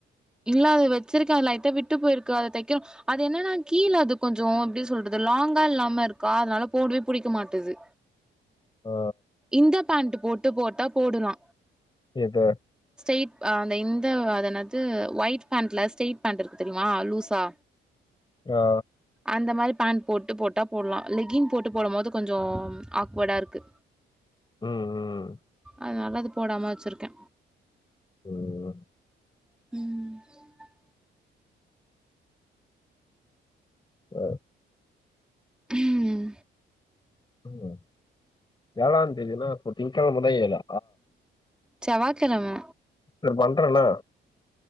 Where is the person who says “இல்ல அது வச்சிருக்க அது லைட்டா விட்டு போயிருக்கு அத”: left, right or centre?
Centre